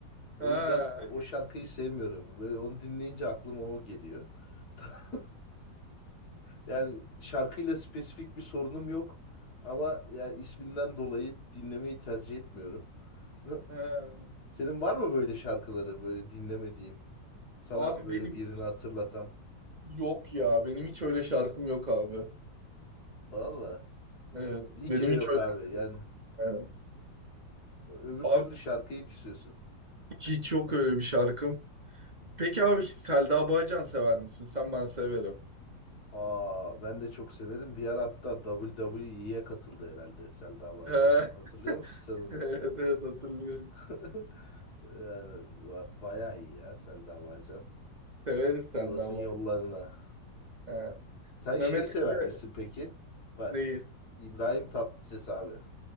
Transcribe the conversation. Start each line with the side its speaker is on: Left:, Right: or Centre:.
Left: O
Right: Ha,
Left: yüzden e, o şarkıyı sevmiyorum. Böyle onu dinleyince aklıma o geliyor. <laughs> Yani şarkıyla spesifik bir sorunum yok. Ama yani isminden dolayı dinlemeyi tercih etmiyorum. <laughs>
Right: ha.
Left: Senin var mı böyle şarkıların böyle dinlemediğin? Sana
Right: Abi
Left: böyle
Right: benim
Left: birini hatırlatan?
Right: yok ya. Benim hiç öyle şarkım yok abi.
Left: Valla.
Right: Evet.
Left: İyi
Right: Benim
Left: ki de
Right: hiç
Left: yok
Right: öyle.
Left: abi. Yani
Right: Evet.
Left: öbür
Right: Abi
Left: türlü şarkıyı küsüyorsun.
Right: hiç yok öyle bir şarkım. Peki abi Selda Bağcan sever misin? Sen ben severim.
Left: Aa, ben de çok severim. Bir ara hatta WWE'ye katıldı herhalde Selda Bağcan.
Right: Ha, <laughs>
Left: Hatırlıyor musun sen onu?
Right: Evet evet hatırlıyorum.
Left: <laughs> Yani ba- bayağı iyi ya Selda Bağcan.
Right: Severiz
Left: Sivas'ın
Right: Selda Bağcan.
Left: yollarına.
Right: Ha.
Left: Sen
Right: Mehmet
Left: şeyi sever
Right: Emre
Left: misin peki? Bak
Right: neyi?
Left: İbrahim Tatlıses abi.